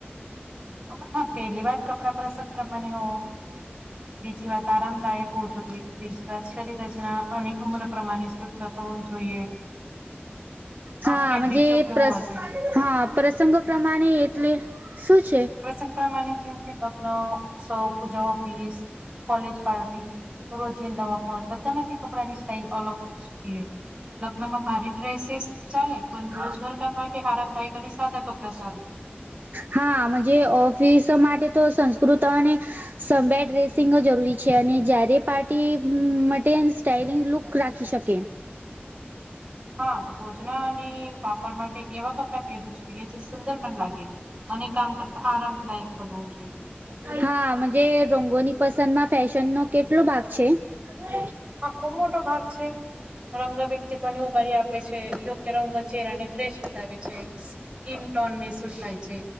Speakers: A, on the right; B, on the right.
A: હા પેલી વાત કપડા પ્રસંગ પ્રમાણે હો બીજી વાત આરામદાયક હોવું જોઈએ ત્રીજી વાત શરીર ઉમર પ્રમાની શૂધ થતો હો જોઈએ આ
B: હાજ
A: ફેબ્રિક યોગ્ય
B: પ્રસ
A: હોવા જોઈએ
B: હા પ્રસંગો પ્રમાણે એટલે શું છે
A: પ્રસંગ પ્રમાણે જેમ કે લગ્ન ઉત્સવ પૂજા ઓફિસ કોલેજ પાર્ટી રોજિંદપ બધા માંથી કપડાની સ્ટાઈઇલ અલગ હો શકી લગ્નમાં ભારે ડ્રેસેસ ચાલે
B: <inaudible>
A: પણ રોજગાર કામ માટે આરામદાયક અને સાદા કપડાં સારા
B: હા આમાં જે ઓફિસ માટે તો સં કૃત અને સબેડ ર્રેસિંગ જરૂરી છે અને જ્યારે પાર્ટી માટે ન સ્ટઇલિંગ લુક રાખી શકે
A: હા રોજનાની વાપર માટે એવા કપડાં પહેવું જોઈએ જે સુંદર પણ લાગે અને કામ કરતા આરામદાયક બન હોવું જોઈએ
B: હા રંગોની પસંદમાં ફેશન નો કેટલો ભાગ છે <unintelligible> કે <unintelligible>
A: આ ખુબ મોટો ભાગ છે રંગ વ્યક્તિત્વને ઉભારી આપે છે યોગ્ય રંગ ચહેરાને ફ્રેશ બતાવે છે સ્કીન ટોનને સૂટ થાય છે